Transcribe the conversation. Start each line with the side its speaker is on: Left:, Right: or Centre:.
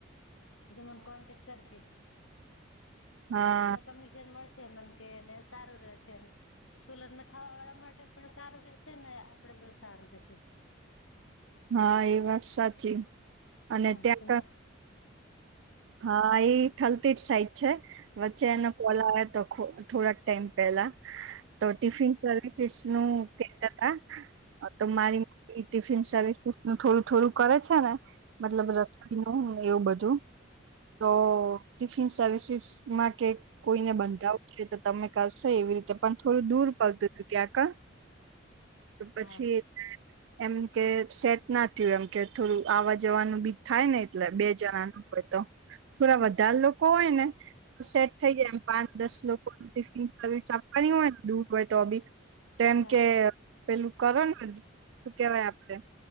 Left: તો તોું મને કોન્ટેક્ટ કરજ
Right: હા
Left: કમિશન મળશે કેને સારું રશે સુોલરને ખાવા વાળા માટે પણ સારું રશે ને આપડે પણ સારું રેશે
Right: હા એ વાત સાચી અને
Left: હા
Right: ત્યાં
Left: એમાં
Right: હા એ થલતીજ સાઈટ છે વચ્ચે
Left: હા
Right: એને કોલા આવે તો થોડાક ટાઈમ પહેલા તો ટિફિન સર્વિસીસ નું કે હતા તો
Left: હા
Right: મારી ટિફિન સર્વિસસ નું થોડું થોડું કરે છે ને મતલબ રખડી નું એવું બધું તો ટિફિન સર્વિસસ માં કેક કોઈને બંધાવું છે તમે કરશો એવી રીતે પણ થોડું દૂર પડત ક્યા ક તો પછી
Left: હા
Right: એમ કે સેટ ના થયું એમ કે થોડું આવા જવાનું બીું થાય ને એટલે બે જણાનું હો તો થોડા વધારે લોકો હોય ને સેટ થઇ જાય એમ પાંચ દસ લોકો ટિફન સર્વિસ આપવાની હોય ને દૂર હોય તો અભી તો એમ
Left: હા
Right: કે પેલું કરો ને શું કેવાય આપડે